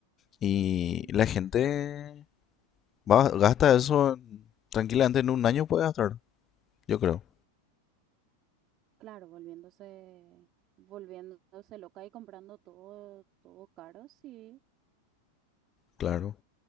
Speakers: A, on the left; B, on the right.
A: Y
B: sí.
A: la gente va, gasta eso en- tranquilamente en un año, puede gastar, yo creo.
B: Claro, volviéndose, volviéndose loca y comprando todo, todo caro, sí.
A: claro.